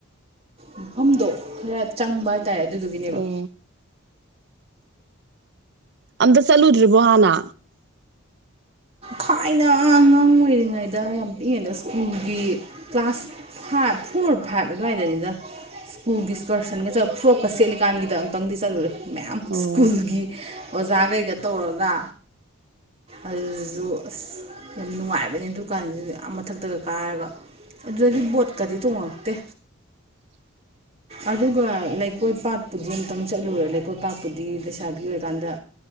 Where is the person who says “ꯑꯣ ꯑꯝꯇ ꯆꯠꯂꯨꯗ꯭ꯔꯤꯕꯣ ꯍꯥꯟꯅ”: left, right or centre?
Right